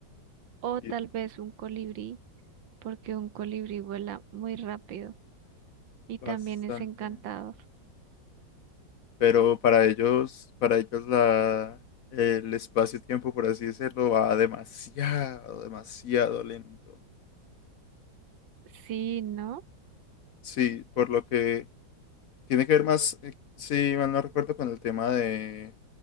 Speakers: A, on the right; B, on the left.
A: O
B: y
A: tal vez un colibrí, porque un colibrí vuela muy rápido y también
B: bastante.
A: es encantador.
B: Pero para ellos, para ellos la, el espacio-tiempo, por así decirlo, va demasiado, demasiado lento.
A: Sí, ¿no?
B: Sí, por lo que tiene que ver más, eh, si mal no recuerdo, con el tema de